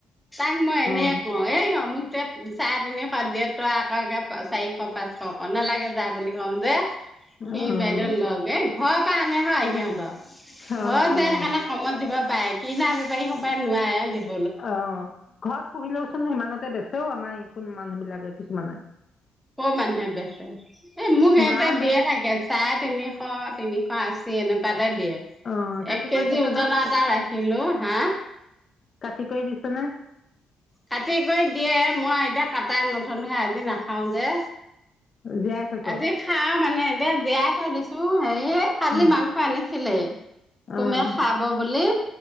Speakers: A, in the centre; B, on the left (about 45°).
A: তাক মই এনেয়ে
B: অ
A: কওঁ, এই অমুক তোৱে চাৰে তিনিশত দিয়ে তই আকৌ একে প-চাৰিশ পাঁচশ ক, নালাগে যা বুলি কওঁ যে।
B: অ',
A: সি বাইদেউ লগ, হে ঘৰৰ পৰা আনে হা সিহঁতৰ,
B: অ', অ',
A: ঘৰত যায় সেইকাৰণে কমত দিব পাৰে, কিনা বেপাৰী সোপাই নোৱাৰে বেব্
B: অ', ঘৰত পুহিলেও চোন সিমানতে বেচে ঔ আমাৰ এ কোন মানুহ বিলাকে কিছুমানে।
A: ক'ৰ মানুহে বেচে?। এই মোক ইহঁতে
B: গাঁৱতে
A: দিয়ে থাকে চায়ে তিনিশ, তিনিশ আশী এনেকুৱাত তে দিয়ে,
B: অ', কাটি
A: এক কেজি
B: কৰি দিছ
A: উজনৰ
B: নে
A: এটা ৰাখিলো হাঁ
B: কাটি কৰি দিছ নে?।
A: কাটি কৰি দিয়ে, মই এতিয়া কাটাই নথওঁ নহয় আজি নাখাও যে।
B: জীয়াই থৈছ
A: আজি খাঁও মানে এতিয়া জীয়াই থৈ দিছো, হেৰি এ কালি
B: উম,
A: মাংস আনিছিলেই, চুমে
B: অ',
A: খাব বুলি।